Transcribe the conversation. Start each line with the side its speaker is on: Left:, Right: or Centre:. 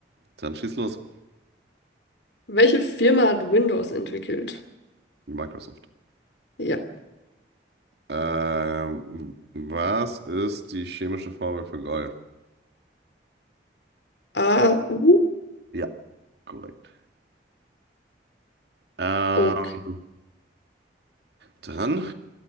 Right: Dann schieß los.
Left: <laughs> Welche Firma hat Windows entwickelt?
Right: Microsoft.
Left: Ja.
Right: Ähm, was ist die chemische Formel für Gold?
Left: A AU?
Right: Ja, korrekt. Ähm,
Left: Okay.
Right: dann